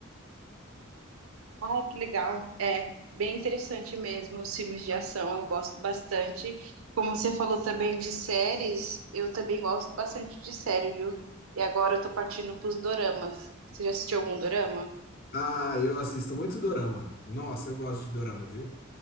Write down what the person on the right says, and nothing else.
Ah, que legal. É bem interessante mesmo os filmes de ação, eu gosto bastante. Como você falou também de séries, eu também gosto bastante de série, viu? E agora eu tô partindo pros doramas. Você já assistiu algum dorama?